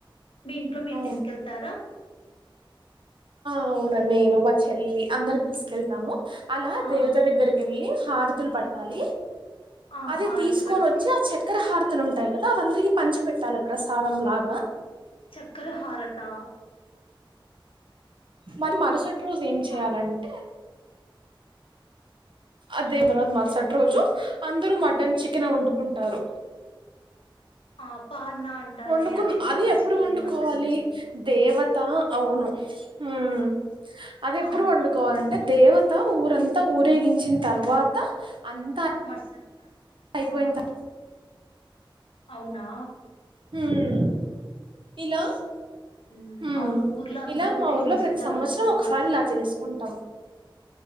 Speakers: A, on the left; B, on the right.
A: మీ ఇంట్లో మీర్
B: అవును
A: తీస్కెళ్తారా?
B: అవునా నేను మా చెల్లి అందరు తీస్కెళ్తాము. అలా
A: ఆ
B: దేవత దగ్గర్కెళ్ళి హారతులు పట్టాలి.
A: ఆ
B: అది
A: హారతి
B: తీస్కొనొచ్చి
A: బట్టి
B: ఆ చక్కర హారత్ తులుంటాయి కదా అవందరికీ పంచి పెట్టాలె ప్రసాదం లాగా
A: చక్కర హారతా
B: మరి మరుసటి రోజు ఏం చేయాలంటే
A: ఆ
B: ఆ
A: హ్మ్
B: దీన్ తర్వాత మర్సట్ ట్రోజు అందరూ మటన్ చికెనే వండుకుంటారు.
A: ఆ పార్నా అంటారే
B: వండుకున్
A: అదేనా
B: అది ఎప్పుడు
A: చికెన్
B: వండుకోవాలి
A: మటన్ చేసి
B: దేవత అవును
A: ఆ
B: మ్ అదెప్పుడు
A: ఆ
B: వండుకోవాలంటే దేవత ఊరంతా ఊరేగించిన్ తర్వాత అంతా
A: మరుసటి రోజు
B: అయిపోయిన్
A: ఆ
B: త
A: అవునా
B: మ్ ఇలా
A: మ్
B: ఉమ్
A: అవును ఊర్లో అంతా
B: ఇలా
A: ఊరేగించిన్
B: మా ఊర్లో ప్రతి
A: తర్వాత
B: సంవత్సరం ఒకసారి
A: మర్సట్
B: ఇలా
A: రోజు
B: చేసుకుంటాం